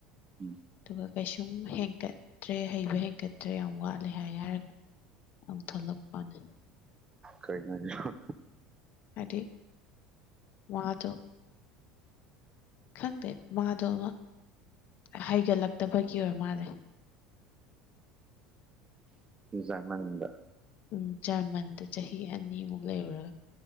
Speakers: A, on the right; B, on the left.
A: ꯎꯝ
B: ꯑꯗꯨꯒ ꯀꯩꯁꯨꯝ ꯍꯦꯟꯀꯠꯇ꯭ꯔꯦ ꯍꯩꯕ ꯍꯦꯟꯀꯠꯇ꯭ꯔꯦ ꯌꯥꯝ ꯋꯥꯠꯂꯦ ꯍꯥꯏ ꯍꯥꯏꯔꯒ ꯑꯃꯨꯛ ꯊꯂꯛꯄꯅꯦ
A: ꯀꯩꯅꯣ ꯍꯥꯏꯁꯤꯕꯨ
B: ꯍꯥꯏꯗꯤ ꯃꯥꯗꯣ ꯈꯪꯗꯦ ꯃꯥꯗꯣ ꯑꯃ ꯍꯩꯒꯠꯂꯛꯇꯕꯒꯤ ꯑꯣꯏ ꯃꯥꯟꯂꯦ
A: ꯖꯔꯃꯟꯗ
B: ꯎꯝ ꯖꯔꯃꯟꯗ ꯆꯍꯤ ꯑꯅꯤꯃꯨꯛ ꯂꯩꯔꯨꯔꯥ